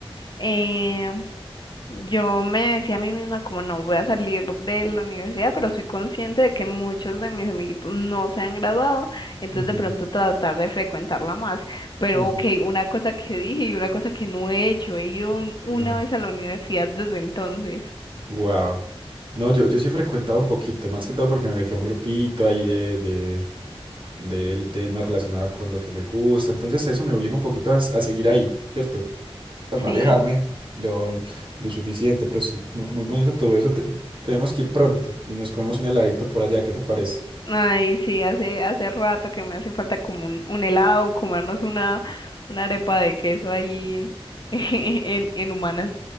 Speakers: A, on the left (about 50°); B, on the right (about 55°).
A: eh, Yo me decía a mí misma como no voy a salir de la universidad, pero soy consciente de que muchos de mis amiguitos no se han graduado, entonces
B: Ujú,
A: de pronto tratar de frecuentarla más. Pero
B: ujú.
A: ok, una cosa que dije y una cosa que no he hecho, he ido un-
B: No,
A: una vez a la universidad desde entonces.
B: wow. No, yo, yo sí he frecuentado un poquito, más que todo porque me metí a un grupito ahí de, de, del tema relacionado con lo que me gusta. Entonces eso me obliga un poquito a, a seguir ahí, ¿cierto? A no
A: Sí,
B: alejarme lo, lo suficiente, pero sí, muy, muy bonito todo eso. Te- tenemos que ir pronto y nos comemos un heladito por allá, ¿qué te parece?
A: ay, sí, hace, hace rato que me hace falta como un, un helado, comernos una, una arepa de queso ahí <laughs> en, en Humanas.